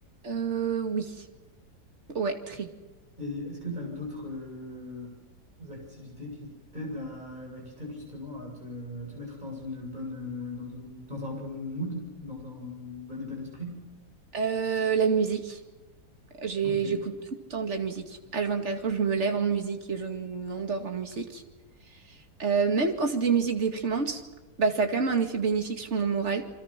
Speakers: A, on the right (about 45°); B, on the right (about 25°).
A: Euh, oui, ouais, très.
B: Et est-ce que tu as d'autres euh, activités qui t'aident à, bah, qui t'aident justement à te, à te mettre dans une bonne, euh, dans une, dans un bon mood, dans un bon état d'esprit?
A: Euh, la musique. J'ai-
B: Ok.
A: J'écoute tout le temps de la musique. H24, je me lève en musique et je m'endors en musique. Euh, même quand c'est des musiques déprimantes, bah, ça a quand même un effet bénéfique sur mon moral,